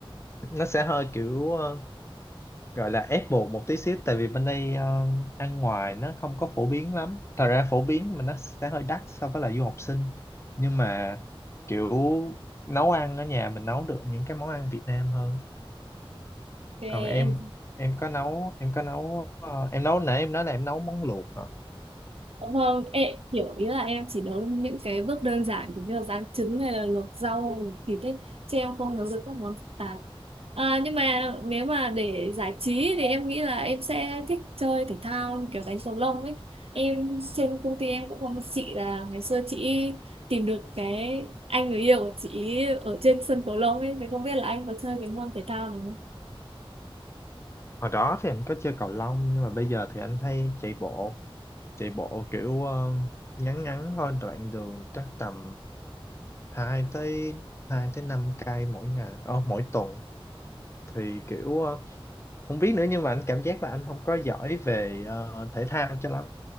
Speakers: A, on the left (about 30°); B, on the right (about 85°).
A: nó sẽ hơi kiểu ờ, gọi là ép buộc một tí xíu tại vì bên đây ờ, ăn ngoài nó không có phổ biến lắm thật ra phổ biến nhưng mà nó sẽ hơi đắt so với là du học sinh nhưng mà kiểu nấu ăn ở nhà mình nấu được những cái món ăn Việt Nam hơn
B: em
A: còn em em có nấu em có nấu ờ, em nấu nãy em nói là em nấu món luộc hả?
B: Vâng, em hiểu ý là em chỉ nấu những cái bước đơn giản thì như là rán trứng hay là luộc rau thịt đấy chứ em không nấu được các món phức tạp à, nhưng mà nếu mà để giải trí thì em nghĩ là em sẽ thích chơi thể thao như kiểu đánh cầu lông ấy em trên công ty em cũng có một chị là ngày xưa chị tìm được cái anh người yêu của chị ở trên sân cầu lông ấy thì không biết là anh có chơi cái môn thể thao nào
A: hồi đó thì anh có chơi cầu lông nhưng mà bây giờ thì anh hay chạy bộ chạy bộ kiểu ờ, ngắn ngắn thôi đoạn đường chắc tầm hai tới 2 tới 5 cây mỗi ngày ờ, mỗi tuần thì kiểu ờ, không biết nữa nhưng mà anh cảm giác là anh không có giỏi về ờ, thể thao cho lắm